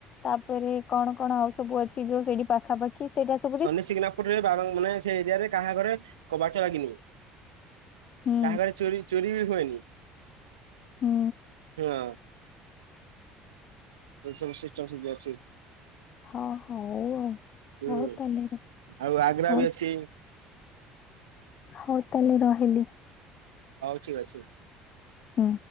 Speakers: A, on the left (about 45°); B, on the right (about 85°).
A: ତାପରେ କଣ କଣ ଆଉ ସବୁ ଅଛି ଯୋଉ ସେଇଠି ପାଖାପାଖି କି ସେଇଟା ସ
B: ସନିସିଗ୍ନାପୁରରେ <unintelligible> ମାନେ ସେ ଏରିଆରେ କାହା ଘରେ କବାଟ ଲାଗିନି।
A: ହୁଁ
B: କାହା ଘରେ ଚୋରି ଚୋରି ବି ହୁଏନି।
A: ହୁଁ
B: ହଁ। ଏଇ ସବୁ ସିଷ୍ଟମ ସେଇଠି ଅଛି।
A: ହଁ ହଉ ଆଉ।
B: ହୁଁ
A: ହଉ ତାହେଲେ ର
B: ଆଉ ଆଗ୍ରା
A: ହଉ।
B: ବି ଅଛି
A: ହଉ ତାହେଲେ ରହିଲି।
B: ହଉ ଠିକ ଅଛି।
A: ହୁଁ।